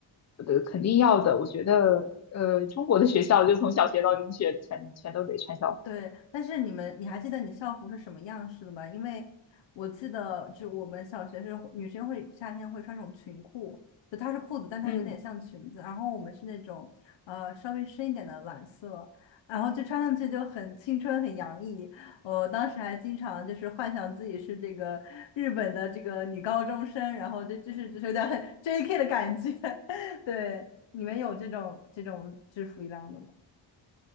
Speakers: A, on the left (about 35°); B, on the left (about 70°).
A: 呃，肯定要的，我觉得呃中国的学校就从小学到中学全全都得穿校服的。
B: 对，但是你们，你还记得你的校服是什么样式的吗？因为我记得，就我们小学是女生会夏天会穿这种裙裤，就它是裤子，但它有点像裙子。
A: 嗯，
B: 然后我们是那种呃稍微深一点的蓝色，然后就穿上去就很青春很洋溢。我当时还经常就是幻想自己是这个日本的这个女高中生，然后就就是就是有点 JK 的感觉。<laughs> 对，你们有这种这种制服一样的吗？